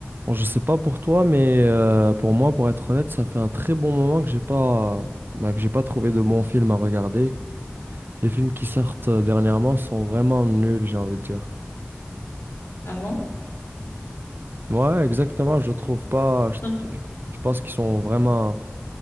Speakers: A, on the right; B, on the left.
A: Bon, je sais pas pour toi, mais euh, pour moi, pour être honnête, ça fait un très bon moment que j'ai pas, bah, que j'ai pas trouvé de bons films à regarder. Les films qui sortent euh, dernièrement sont vraiment nuls, j'ai envie de dire.
B: Ah bon?
A: Ouais, exactement, je trouve pas. Je,
B: <laughs>
A: je- je pense qu'ils sont vraiment.